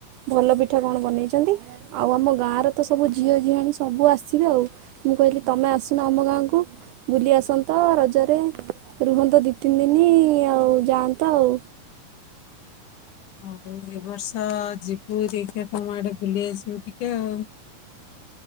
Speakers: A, on the right (about 80°); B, on the left (about 65°).
A: ଭଲ ପଠା କଣ ବନେଇ ଚନ୍ତି ଆଉ ଆମ ଗାଁର ତ ସବୁ ଝିଅଝିହାଣୀ ସବୁ ଆସିବେ ଆଉ। ମୁଁ କହିଲି ତମେ ଆସୁନ ଆମ ଗାଁକୁ? ବୁଲି ଆସନ୍ତ ରଜରେ ରୁହନ୍ତ ଦୁଇ ତିନି ଦିନ ଆଉ ଯାଆନ୍ତ ଆଉ।
B: ହଉ ଏ ବର୍ଷ ଯିବୁ ଦେଖିବା ତମ ଆଡେ ବୁଲି ଆସିବ ଟିକେ ଆଉ।